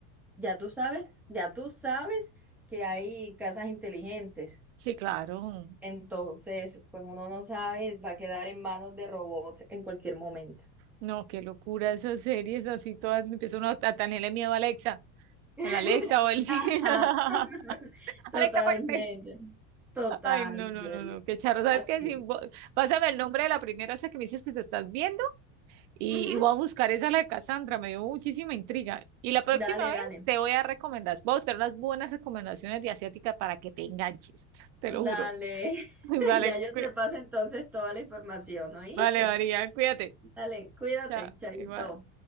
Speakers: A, in the centre; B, on the right (about 60°).
A: Ya tú sabes, ya tú sabes que hay casas inteligentes.
B: Sí, claro.
A: Entonces, pues uno no sabe, va a quedar en manos de robots en cualquier momento.
B: No, qué locura esas series así todas. Empieza uno a a tenerle miedo a Alexa,
A: <laughs>
B: a la Alexa o el sí.
A: Ajá.
B: <laughs>
A: <laughs> Totalmente.
B: Alexa, apágate.
A: Total,
B: Ay, no, no,
A: Mieli.
B: no, no, qué charro. ¿Sabes
A: Así
B: qué? Si
A: es.
B: vo- pásame el nombre de la primera esa que me dices que te estás viendo y,
A: Ujú.
B: y voy a buscar esa la de Cassandra. Me dio muchísima intriga. Y la próxima
A: Dale,
B: vez
A: dale.
B: te voy a recomendar, voy a buscar unas buenas recomendaciones de asiática para que te enganches. <laughs> Te
A: Dale.
B: lo juro. <laughs>
A: <laughs>
B: Vale,
A: Ya yo
B: cuí-
A: te paso entonces toda la información, ¿oíste?
B: vale, María, cuídate.
A: Dale, cuídate,
B: Chao,
A: chaito.
B: igual.